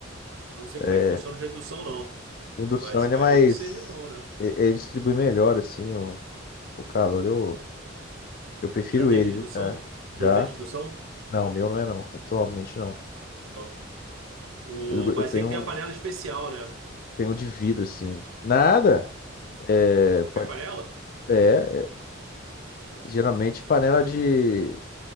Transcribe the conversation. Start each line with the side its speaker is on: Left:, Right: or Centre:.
Right: Não sei
Left: É,
Right: como é que funciona o de indução, não.
Left: O indução
Right: Mas
Left: ele
Right: imagino
Left: é mais.
Right: que seja bom, né?
Left: e- Ele distribui melhor, assim, o, o calor. Eu, eu prefiro
Right: Tu já teve
Left: ele,
Right: de
Left: viu,
Right: indução?
Left: cara? Já.
Right: Tu tem de indução?
Left: Não, o meu não é, não. Atualmente não.
Right: Ah, Não. não. O...
Left: Eu, eu
Right: Mas
Left: tenho,
Right: tem que
Left: um-
Right: ter a panela especial, né?
Left: tenho um de vidro, assim. Nada! É,
Right: Qualquer
Left: pa-
Right: panela?
Left: é, é, geralmente panela
Right: É mesmo?
Left: de,